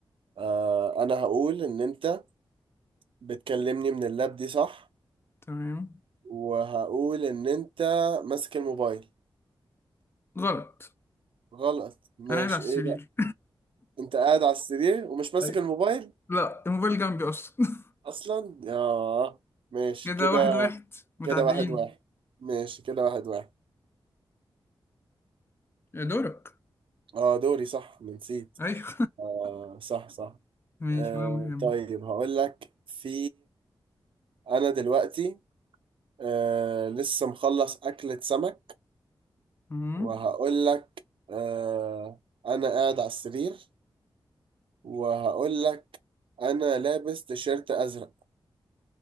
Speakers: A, on the right; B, on the left.
A: آه انا هقول ان انت بتكلمني من اللاب دي صح
B: تمام
A: وهقول ان انت ماسك الموبايل
B: غلط
A: غلط ماشي
B: انا قاعد على السرير
A: ايه بقى انت قاعد على السرير ومش ماسك
B: أيوة.
A: الموبايل
B: <laughs> لا الموبايل جنبي اصلا <laughs>
A: اصلا ياه ماشي
B: كده
A: كده
B: واحد واحد متعادلين
A: كده واحد واحد ماشي كده واحد واحد
B: يا دورك
A: اه دوري صح أنا نسيت
B: ايوه
A: اه صح صح
B: <laughs> ماشي
A: آه
B: ولا مهم
A: طيب هقول لك في انا دلوقتي آه لسه مخلص اكلة سمك
B: أمم.
A: وهقول لك آه انا قاعد على السرير وهقول لك انا لابس تيشيرت ازرق